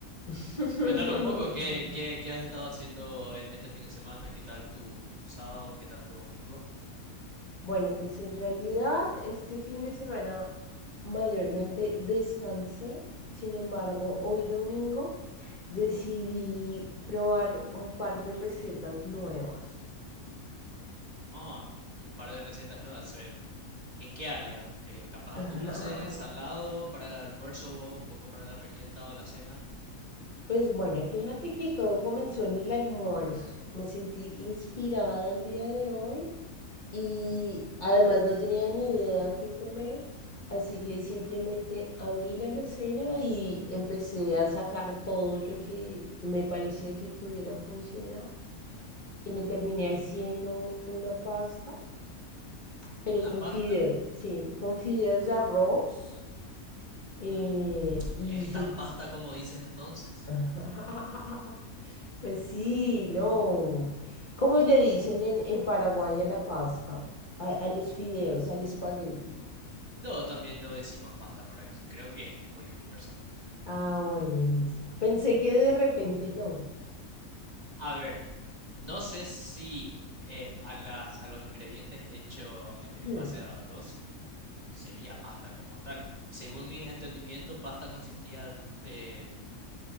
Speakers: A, on the left; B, on the right.
A: <laughs>
B: Cuéntame un poco, ¿qué, qué, qué has estado haciendo eh, este fin de semana? ¿Qué tal tu, tu sábado? ¿Qué tal tu domingo?
A: Bueno, pues en realidad este fin de semana mayormente descansé, sin embargo, hoy domingo decidí probar un par de recetas nuevas.
B: Ah, un par de recetas nuevas. eh, ¿En qué área? ¿Que capaz
A: <laughs>
B: dulce, salado, para el almuerzo o un poco para la merienda o la cena?
A: Pues bueno, fíjate que todo comenzó en el almuerzo. Me sentí inspirada el día de hoy y además no tenía ni idea qué comer, así que simplemente abrí la alacena y empecé a sacar todo lo que me parecía que pudiera funcionar y me terminé haciendo una pasta, pero
B: Una
A: con
B: pasta.
A: fideos, sí, con fideos de arroz eh,
B: Mm,
A: y
B: ¿es
A: hice
B: tan pasta como dices entonces?
A: <laughs> Pues sí, no. ¿Cómo le dicen en, en Paraguay a la pasta? A, a los fideos, al espagueti.
B: No, también lo decimos pasta por aquí. Creo que es muy universal.
A: Ah, bueno, listo. Pensé que de repente no.
B: A ver, no sé si eh, a las, a los ingredientes hechos en,
A: <clears throat>
B: en base de arroz sería pasta como tal. Según mi entendimiento, pasta consistía en, em,